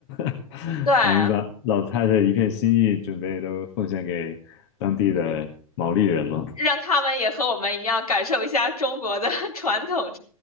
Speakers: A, on the left; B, on the left.
A: <laughs>
B: 对，
A: 然后你把老太太一片心意准备都奉献给当地的毛利人吗？
B: 让他们也和我们一样感受一下中国的 <laughs> 传统